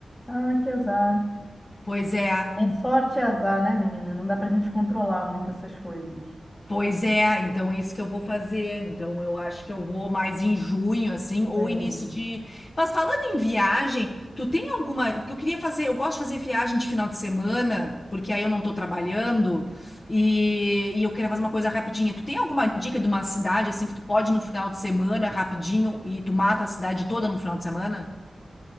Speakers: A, on the left (about 15°); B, on the left (about 40°).
A: ah, que azar.
B: Pois é,
A: É, é sorte e azar, né, menina? Não dá pra gente controlar muito essas coisas.
B: Pois é, então é isso que eu vou fazer. Então eu acho que eu vou mais em junho, assim, ou
A: É.
B: início de. Mas falando em viagem, tu tem alguma. Porque eu queria fazer, eu gosto de fazer viagem de final de semana, porque aí eu não tô trabalhando, e, e eu queria fazer uma coisa rapidinha. Tu tem alguma dica de uma cidade, assim, que tu pode ir no final de semana, rapidinho, e tu mata a cidade toda no final de semana?